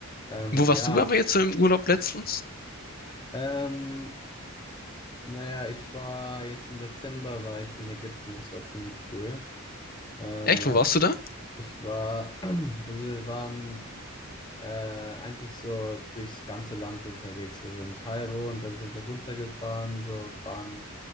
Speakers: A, on the left; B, on the left.
A: Ähm,
B: Wo warst
A: ja,
B: du aber jetzt so im Urlaub letztens?
A: ähm, naja, ich war jetzt im Dezember war ich in Ägypten, das war ziemlich cool. Äh,
B: Echt, wo warst du da?
A: ich war, <clears throat> also wir waren äh, eigentlich so durchs ganze Land unterwegs. Also in Kairo und dann sind wir runtergefahren, so waren